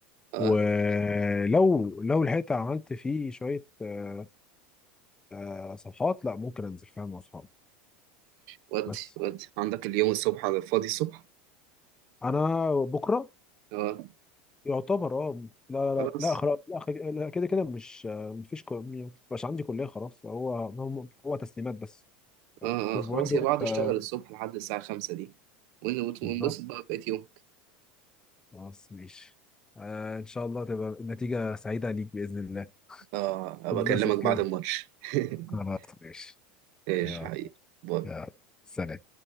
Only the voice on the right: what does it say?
آه،
ودي
ودي عندك اليوم الصبح على الفاضي الصبح
اه
خلاص
اه
اه خلاص
يا بعض
اشتغل الصبح لحد الساعة خمسة دي ون- وت-
ونبسط بقى بقيت يومك
اه ابقى
اكلمك
بعد الماتش <laughs>
ايش
حقيقي باي